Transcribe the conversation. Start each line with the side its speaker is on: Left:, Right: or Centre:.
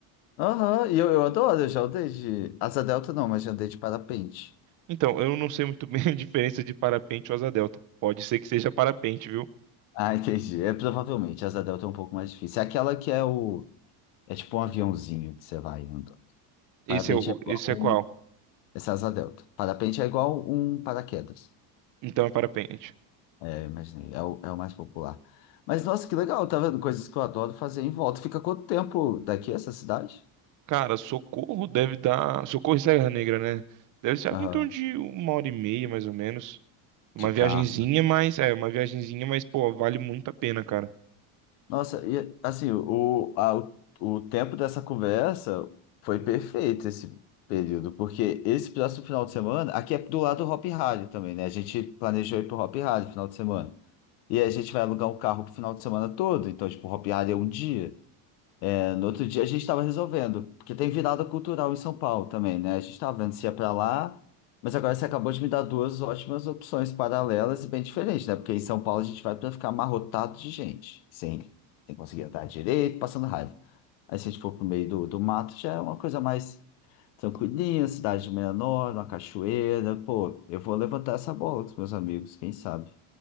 Left: Aham, e eu, eu adoro, eu já andei de. Asa delta não, mas já andei de parapente.
Right: Então, eu não sei muito <laughs> bem a diferença de parapente ou asa delta. Pode ser que seja parapente, viu?
Left: Ah, entendi. É, provavelmente, asa delta é um pouco mais difícil. É aquela que é o... É tipo um aviãozinho que você vai andando.
Right: Esse
Left: Parapente
Right: é, o,
Left: é igual
Right: esse
Left: um...
Right: é qual?
Left: Essa é asa delta. Parapente é igual um paraquedas.
Right: Então é parapente.
Left: É, imaginei. É o, é o mais popular. Mas, nossa, que legal. Tá vendo? Coisas que eu adoro fazer em volta. Fica quanto tempo daqui essa cidade?
Right: Cara, Socorro deve dar. Socorro e Serra Negra, né? Deve ser algo
Left: Aham.
Right: em torno de uma hora e meia, mais ou menos. Uma
Left: De
Right: viagenzinha,
Left: carro.
Right: mas. É, uma viagenzinha, mas, pô, vale muito a pena, cara.
Left: Nossa, e assim, o, a, o, o tempo dessa conversa foi perfeito esse período, porque esse próximo final de semana, aqui é do lado do Hop Harry também, né? A gente planejou ir pro Hop Harry final de semana. E aí a gente vai alugar um carro pro final de semana todo, então, tipo, o Hop Harry é um dia. No outro dia a gente estava resolvendo, porque tem virada cultural em São Paulo também, né? A gente estava vendo
Right: Uhum.
Left: se ia para lá, mas agora você acabou de me dar duas ótimas opções paralelas e bem diferentes, né? Porque em São Paulo a gente vai para ficar amarrotado de gente, sem, sem conseguir andar direito, passando raiva. Aí se a gente for pro meio do, do mato, já é uma coisa mais tranquilinha, cidade menor, uma cachoeira. Pô, eu vou levantar essa bola com os meus amigos, quem sabe?